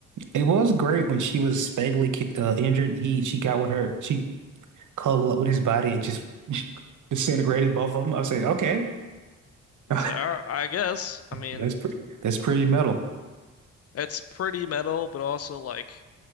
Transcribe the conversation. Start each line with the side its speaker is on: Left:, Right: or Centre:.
Right: it was great when she was fatally ki- uh, injured. He she got with her, she cuddled up with his body and just <laughs> disintegrated both of them. I said, okay, <laughs>
Left: It's like, "All right, I guess. I mean,
Right: that's pretty, that's pretty metal.
Left: that's pretty metal, but also like